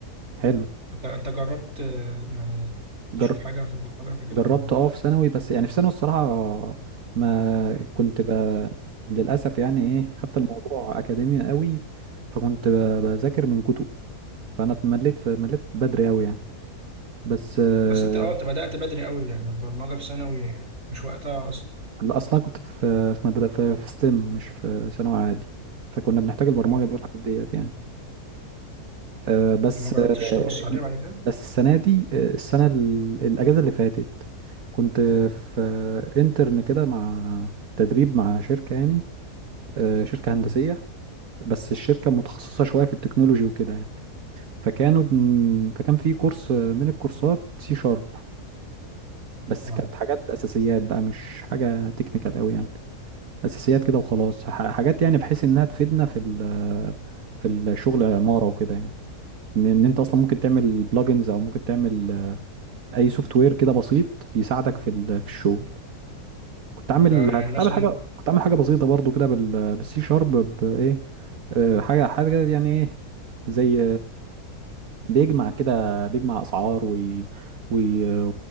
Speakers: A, on the right; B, on the right.
A: حلو
B: انت انت جربت آه، يعني تشوف
A: جر...
B: حاجة في البرمجة قبل كده
A: جربت
B: ولا ايه؟
A: اه في ثانوي بس يعني في ثانوي الصراحة ما كنت بقى للأسف يعني ايه خدت الموضوع أكاديمي قوي فكنت ب- بذاكر من كتب فأنا اتمليت في مليت بدري قوي يعني بس آه،
B: بس انت اه انت بدأت بدري قوي يعني البرمجة في ثانوي مش وقتها اصلا
A: لا أصلا كنت في في مدرسة في في ستيم مش في ثانوي عادي فكنا بنحتاج البرمجة
B: اه
A: دي والحاجات ديت يعني آه، بس
B: ما جربتش
A: آه،
B: تبص عليه بعد كده
A: بس السنة دي آه، السنة ال- الأجازة اللي فاتت كنت في انترن كده مع تدريب مع شركة يعني آه، شركة هندسية
B: اه
A: بس الشركة متخصصة شوية في التكنولوجي وكده يعني فكانوا فكان في كورس آه، من الكورسات سي شارب بس
B: اه
A: كانت حاجات أساسيات بقى مش حاجة تكنيكال أوي يعني أساسيات كده وخلاص ح- حاجات يعني بحيث إنها تفيدنا في ال في الشغل عمارة وكده يعني إن إن أنت أصلا ممكن تعمل بلجنز أو ممكن تعمل آه، أي سوفت وير كده بسيط يساعدك في ال- في الشغل كنت عامل
B: ده يعني
A: كنت
B: مثلا
A: عامل حاجة كنت عامل حاجة بسيطة برضو كده بال بالسي شارب بإيه آه، حاجة حاجة يعني إيه زي بيجمع كده بيجمع اسعار وي... وي... و-